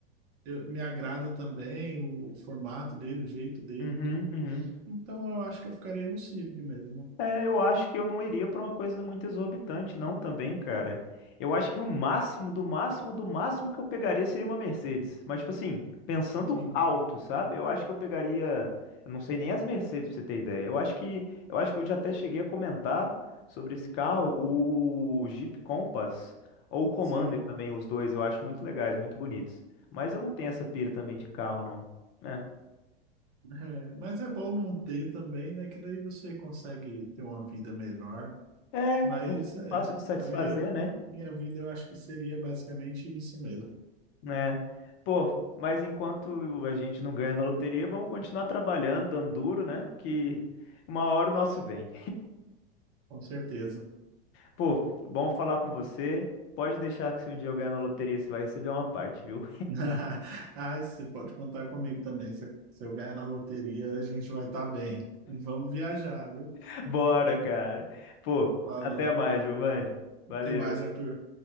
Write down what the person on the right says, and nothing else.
eu- me agrada também o, o formato dele, o jeito dele,
tudo.
Então eu acho que eu ficaria no Civic mesmo.
Sim,
sim.
É, mas é bom não ter também, né? Que daí você consegue ter uma vida melhor.
Mas é,
a minha,
minha vida eu acho que seria basicamente isso mesmo,
com certeza.
<laughs> Ah, você pode contar comigo também. Se, se eu ganhar na loteria, a gente vai estar bem. E vamos viajar, viu?
Falou.
Até mais, Arthur.